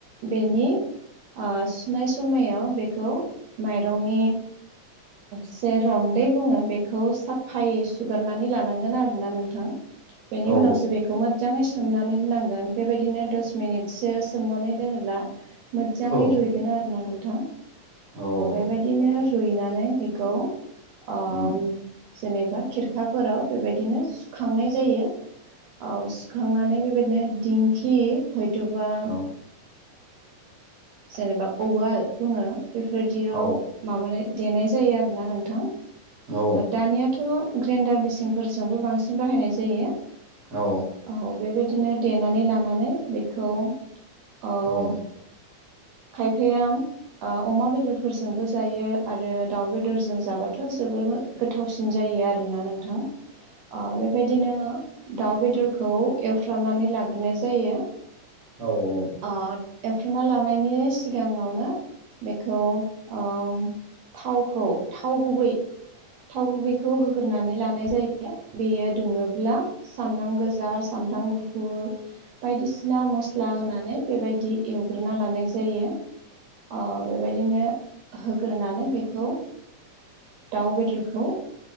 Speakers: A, on the right; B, on the right.
A: बेनि ओ सुनाय समायाव बेखौ माइरंनि जे रन्दै बुङो बेखौ साफायै सुगारनानै लानांगोन आरोना नोंथां बेनि
B: औ
A: उनावसो बेखौ मोजांङै सोमनानै दोन नांगोन बेबायदिनो दस मिनिटसो सोमनानै दोनोब्ला मोजाङै
B: औ
A: रुइगोन आरोना औ नोंथां
B: औ औ
A: बेबायदिनो रुइनानै बेखौ ओम
B: उम
A: जेनेबा खिरखाफोराव बेबायदिनो सुखांनाय जायो औ सुखांनानै बेबायदिनो दिंखि हयथ'बा
B: औ
A: जेनेब उवाल बुंङो बेफोरदियाव
B: औ
A: माबानाय देनाय जायो आरोना नोंथां
B: औ
A: दानियाथ' ग्रेन्डार मेसिनफोरजोंबो बांसिन बाहायनाय जायो
B: औ
A: औ बेबायदिनो देनानै लानानै बेखौ औ
B: औ
A: खायफाया ओ अमा बेदरफोरजोंबो जायो आरो दाउ बेदरजों जाबाथ' जोबोर मो गोथावसिन जायो आरोना नोंथां ओ बेबायदिनो दाउ बेदरखौ एवफ्रामनानै लाग्रोनाय जायो
B: औ-औ-औ
A: ओ एवफ्रामना लानायनि सिगाङावनो बेखौ ओम थावखौ थाव गुबै थाव गुबैखौ होग्रोनानै लानाय जायो बेयो दुङोब्ला सामब्राम गोजा सामब्राम गुफु फुर बायदिसिना मस्ला होनानै बेबायदि एवग्रो ना लानाय जायो ओ बेबायदिनो होग्रोनानै बेखौ दाउ बेदरखौ